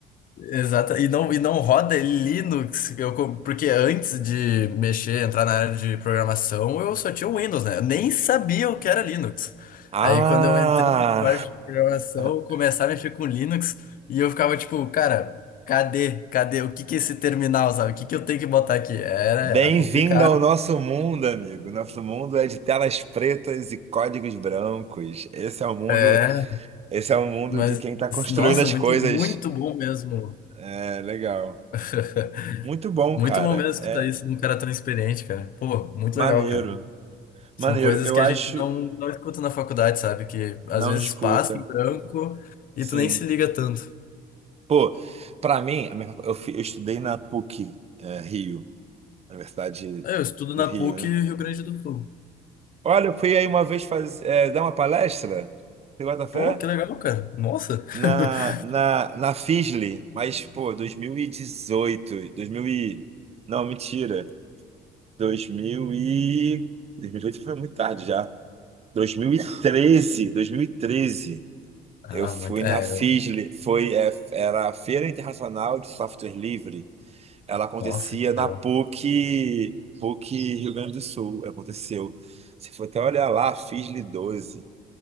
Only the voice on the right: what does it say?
Ah!
<laughs>
Bem-vindo
ao nosso mundo, amigo. Nosso mundo é de telas pretas e códigos brancos. Esse é o mundo,
esse é o mundo
de quem está construindo
as
coisas.
É legal.
Muito bom,
cara.
É
maneiro.
Maneiro.
Eu
acho.
Não
escuta.
Sim.
Pô, pra mim, a minha- eu, fi- eu estudei na PUC, é, Rio, Universidade
do
Rio,
né?
Olha, eu fui aí uma vez faz, é, dar uma palestra. Você bota fé?
na,
na, na Fisley, mas, pô, dois mil e... dezoito, dois mil e... Não, mentira. 2000 e... 2018 foi muito tarde já. dois dois mil mil e treze, dois mil e treze
eu fui
na Fisley,
foi, é, era a Feira Internacional de Software Livre. Ela acontecia
na
PUC, PUC Rio Grande do Sul, aconteceu. Se for até olhar lá, Fisley 12,